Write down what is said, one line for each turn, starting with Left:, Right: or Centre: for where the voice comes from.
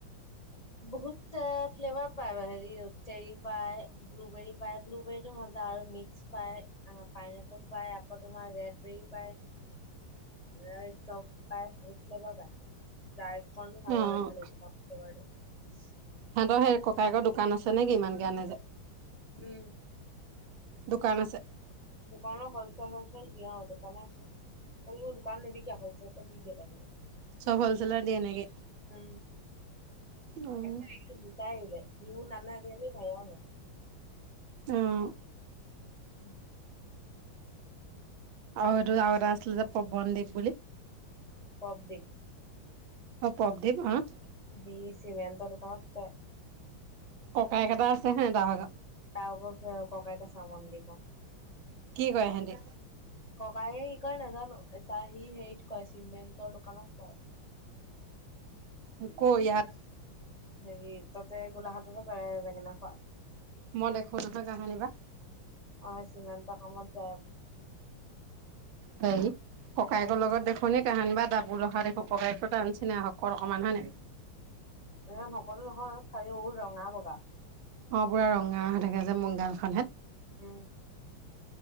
Left: বহুত এ ফ্লেভাৰ পায় হেৰি চেৰি পায় ব্লুবেৰী পায় ব্লুবেৰীতো মজা আৰু মিক্স পায় আহ পাইনএপল পায় আকৌ তোমাৰ ৰেডবেৰী পায়।
Right: <inaudible>
Left: পায় বহুত ফ্লেভাৰ পায়, ডাৰ্কখনো ভাল
Right: অ',
Left: নালাগে খালি কন ফ্লেভাৰটো। <inaudible>
Right: সিহঁতৰ সেই ককাইকৰ দোকান আছে নে কি ইমান কে আনে যে?
Left: উম।
Right: দোকান আছে,
Left: দোকানৰ হলচেল হলচেল দিয়ে আৰু দোকানে আছে। সৰু সৰু দোকান নিবিকে হলচেলতে দি দিয়ে বাহিৰত।
Right: চব হলচেলত দিয়ে নেকি?
Left: উমঁ,
Right: অ',
Left: আকৌ জোতা আনিলে বিহু নানে আজিকালি ভাইয়াও নানে।
Right: অঁ।
Left: <unintelligible>
Right: আৰু এইটো যে এটা আছিলে যে পৱনদ্বীপ বুলি।
Left: প্ৰবদ্বীপ।
Right: অ', -প্ৰবদ্বীপ আঁহ
Left: সেই চিমেণ্টৰ দোকানত কৰে।
Right: ককায়েক এটা আছে সিহঁতৰ ভাগ।
Left: তাৰ আকৌ আছে ককায়েক প্ৰবদ্বীপৰ।
Right: কি কৰে সিহঁতি?
Left: ককায়েকে কি কৰে নাজানো, এটা সি হেৰিত কৰে চিমেণ্টৰ দোকানত কৰে।
Right: মোকো ইয়াত
Left: হেৰি তা'তে গোলাঘাটতে কৰে বেঙেনা খোৱা।
Right: মই দেখো নহয় কাহানি বা।
Left: অঁ', -চিমেণ্টৰ কামত যায় আকৌ।
Right: হয়। ককায়েকৰ লগত দেখো নে কাহানি বা দাবোল অহা দেখো ককাইক টো তাৰ নিচিনাই হকত অকণমান হয় নাই।
Left: ইমান হকতো নহয় খালি বহুত ৰঙা, বগা।
Right: অঁ', -পুৰা ৰঙা হৈ থাকে যে মোৰ গালখন হেত।
Left: উমঁ।